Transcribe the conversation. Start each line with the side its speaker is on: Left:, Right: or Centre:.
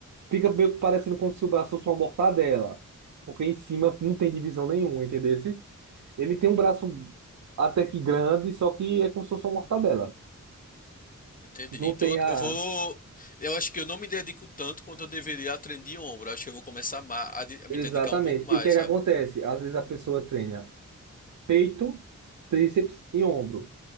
Right: fica meio que parecendo como se o braço fosse uma mortadela, porque em cima não tem divisão nenhuma, entendesse? Ele tem um braço até que grande, só que é como se fosse uma mortadela.
Left: Entendi.
Right: Não
Left: Então
Right: tem
Left: eu
Right: a,
Left: eu vou eu acho que eu não me dedico tanto quanto eu deveria a treino de ombro. Eu acho que eu vou começar a, ma- a de- a
Right: Exatamente.
Left: me dedicar um pouco mais,
Right: E o que é que
Left: sabe?
Right: acontece? Às vezes a pessoa treina peito, tríceps e ombro.